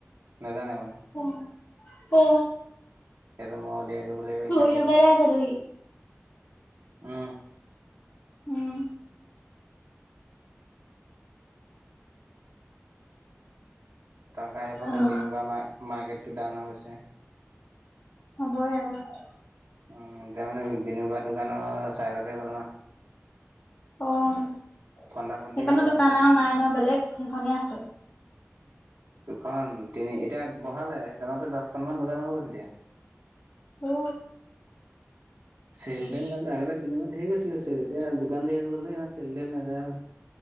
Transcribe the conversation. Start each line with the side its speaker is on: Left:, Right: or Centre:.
Right: নেজানে মানে।
Left: অ অ।
Right: সেইটো মই উলিয়াই দিব লাগিব
Left: পঢ়ি
Right: সি কাটিব।
Left: থকাতে আছা তুমি?
Right: উম
Left: উম।
Right: তহঁতৰ সেইফালে
Left: আহ,
Right: বিনোবা মাৰ্কেটটো ডাউন হৈ গৈছে।
Left: হ'বই আৰু।
Right: উম তাৰ মানে বিনোবা দোকানৰ চাইডতে হ'ল ন।
Left: অ সেইকনত
Right: ফন্দা ফন্দি হ'ল
Left: দোকান
Right: এতিয়া।
Left: আৰু নাই ন বেলেগ সেইখনেই আছে?
Right: দুখন, তিনি এতিয়া বহালে সেইকনতে দচখনমান দোকান হৈ গ'ল এতিয়া।
Left: ঔ।
Right: চেল-তেল নাযায় আগতে বিনো বা ধেই গৈছিলে চেল এতিয়া দোকান ধেই হৈ গ'ল ইমান চেল-তেল নাযায় হ'ল।